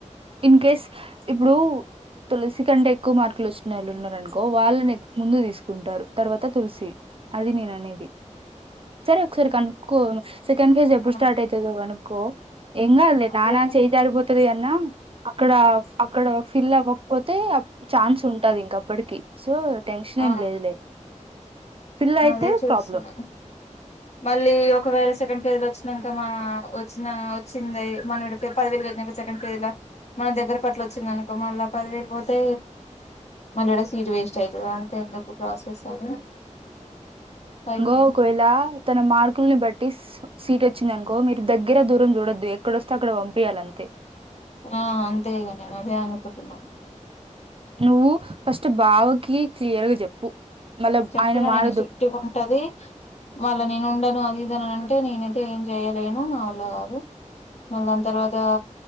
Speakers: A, on the right; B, on the left.
A: ఇన్ కేస్ ఇప్పుడు తులసి కంటే ఎక్కువ మార్కులు వచ్చిన వాళ్ళు ఉన్నారనుకో వాళ్ళని ముందు తీసుకుంటారు తర్వాత తులసి అది నేను అనేది సరే ఒకసారి కనుక్కో సెకెండ్ ఫేజ్ ఎప్పుడు
B: ఆ
A: స్టార్ట్ అయితది గనుకో ఏమ్ కాదులే
B: అదే
A: నాన్న చేయి జారిపోతది అక్కడ అక్కడ ఫిల్ల్ అవ్వకపోతే ఛాన్స్ ఉంటది ఇంక అప్పటికి సో టెన్షన్
B: ఆ
A: ఎమ్ లేదులే ఫిల్ అయితే
B: అదే చూస్తున్నా
A: ప్రాబ్లం
B: మళ్ళీ ఒకవేళ సే సెకండ్ ఫేజ్ లో వచ్చినాక వచ్చిన వచ్చింది మన పదవిీలు కినక సెకండ్ ఫేజ్ లో <unintelligible> దగ్గర కట్ల వచ్చింది అనుకో మళ్ళా పదివేలు పోతే మళ్ళీ ఇడ సీట్ వేస్ట్ అయితది అంత ఎందుకు ప్రాసెస్ అని అయిపోయింది
A: గో ఒక వేళ తన మార్కుల్ని బట్టి సీట్ వచ్చింది అనుకో మీరు దగ్గర దూరం చూడొద్దు ఎక్కడొస్తే అక్కడ పంపేయాలింతే
B: ఆ అంతేగా ఇగ నేను అదే అనుకుంటున్నా
A: నువ్వు ఫస్ట్ బావకి క్లియర్గా చెప్పు మళ్ళా
B: చెప్పిన
A: ఆయన మారదు
B: నేను స్ట్రీట్ గా ఉంటది మళ్ళా నేను ఉండను అది ఎదైనా అంటే నేనైతే ఏం చెయలేను నా వల్ల కాదు మల్ దాని తర్వాత